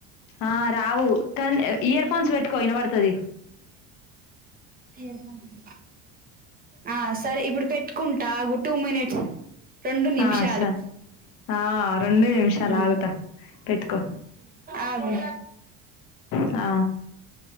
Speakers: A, on the left; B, on the right.
A: ఆ రావు కానీ ఇయర్ ఫోన్స్ పెట్టుకో విన పడుతది
B: తెరుకుంది ఆ సరే ఇప్పుడు పెట్ కుంటా ఆ టూ మినట్స్ రెండు నిమిషాలు
A: ఆ సరే ఆ రెండు నిమిషాలు
B: ఊ
A: ఆగుతా పెట్టుకో
B: అగు
A: ఆ